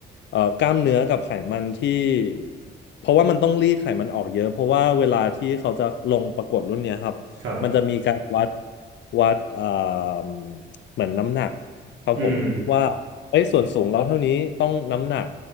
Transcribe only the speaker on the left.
เอ่อกล้ามเนื้อกับไขมันที่เพราะว่ามันต้องรีดไขมันออกเยอะเพราะว่าเวลาที่เขาจะลงประกวดรุ่นเนี้ยครับมันจะมีการวัด
วัดเอ่อเหมือนน้ำหนัก ครับผมว่าเอ้ยส่วนสูงเราเท่านี้ต้องน้ำหนัก